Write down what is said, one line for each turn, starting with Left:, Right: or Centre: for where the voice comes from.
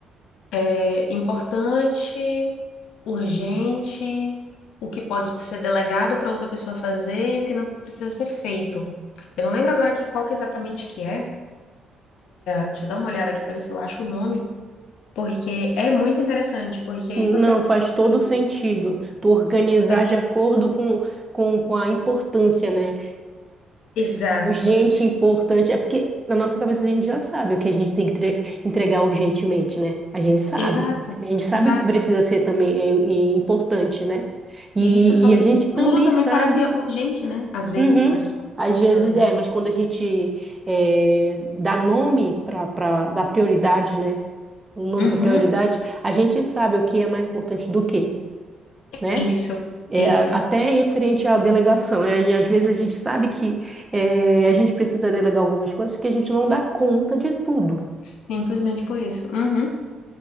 Left: é, importante, urgente, o que pode ser delegado para outra pessoa fazer e o que não precisa ser feito. Eu não lembro agora aqui qual que exatamente que é. Deixa eu dar uma olhada aqui para ver se eu acho o nome. Porque é muito interessante, porque aí
Right: Não,
Left: você consegue,
Right: faz todo sentido. Tu organizar
Left: você consegue.
Right: de acordo com, com, com a importância, né?
Left: Exato,
Right: Urgente, importante. É porque na nossa cabeça a gente já sabe o que a gente tem que tre- entregar urgentemente, né? A gente sabe.
Left: exato,
Right: A gente sabe
Left: exato.
Right: o que precisa ser também é, é importante, né? E,
Left: Isso, só
Right: e
Left: que
Right: a gente também
Left: tudo também
Right: sabe.
Left: parece urgente, né? Às vezes,
Right: Uhum.
Left: quando a gente está
Right: Às
Left: procrastinando.
Right: vezes é, mas quando a gente é, dá nome para dar prioridade, né? Um nome
Left: Uhum,
Right: para prioridade, a gente sabe o que é mais importante do que, né?
Left: isso,
Right: É,
Left: isso.
Right: a- até em frente à delegação. né? E às vezes a gente sabe que é, a gente precisa delegar algumas coisas que a gente não dá conta de tudo.
Left: Simplesmente por isso. Uhum,